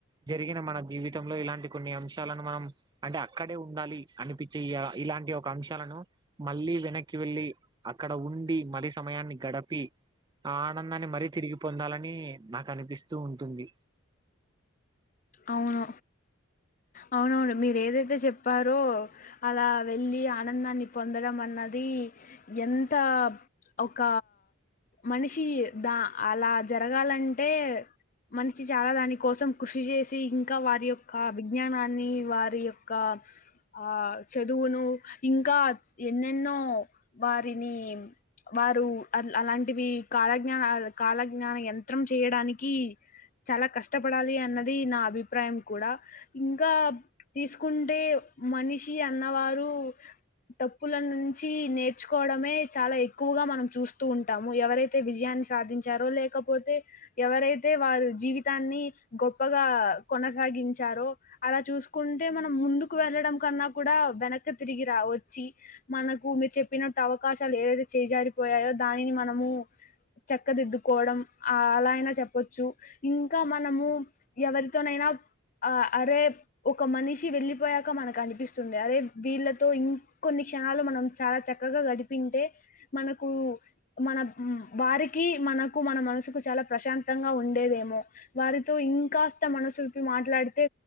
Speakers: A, on the right (about 20°); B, on the left (about 40°).
A: జరిగిన మన జీవితంలో ఇలాంటి కొన్ని అంశాలను మనం అంటే అక్కడే ఉండాలి అనిపిచే ఇలాంటి <unintelligible> అంశాలను మళ్ళీ వెనక్కి వెళ్ళి అక్కడ ఉండి మరి సమయాన్ని గడిపి ఆ ఆనందాన్ని మరీ తిరిగి పొందాలని నాకు అనిపిస్తూ ఉంటుంది
B: అవును అవునవును మీరు ఏదైతే చెప్పారో అలా వెలి ఆనందాన్ని పొందడం అన్నది ఎంత ఒక మనిషి దా అలా జరగాలంటే మనిషి చాల దాని కోసం కృషి చేస్ ఇంకా వారి యొక్క విజ్ఞానాన్ని వారి యొక్క ఆ చదువును ఇంక ఎన్నెన్నో వారిని వారు అ అలాంటివి కాలజ్ఞాన కాలజ్ఞాన యంత్రం చేయడానికి చాలా కష్టపడాలి అన్నది నా అభిప్రాయం కూడ ఇంకా తీసుకుంటే మనిషి అన్నవారు తప్పుల నుంచి నేర్చుకోవడమే చాలా ఎక్కువగా మనం చూస్తూ ఉంటాము ఎవరై తే విజయాన్ని సాధించారో లేకపోతే ఎవరైతే వారు జీవితాన్ని గొప్పగ కొనసాగించారో అలా చూసుకుంటే మనం ముందుకు వెళ్ళడం కన్నా కూడా వెనకి తిరిగి రావొచ్చు మనకు మీరు చెప్పినట్టు అవకాశాలు ఏదైతే చేజారిపోయాయో దానిని మనము చెక్కదిద్దుకోవడం అలా అయినా చెప్పచ్చు ఇంకా మనము ఎవరి <unintelligible> అరే ఒక మనిషి వెళ్ళిపోయాక మనకు అనిపిస్తుంది అదే వీళ్ళతో ఇంకొన్ని క్షణాలు మనం చాలా చక్ చక్కగా గడిపింటే మనకు మన వారికి మనకు మన మనసుకు చాలా ప్రశాంతంగా ఉండేదేమో వారితో ఇంక మనసు విప్పి మాట్లాడితే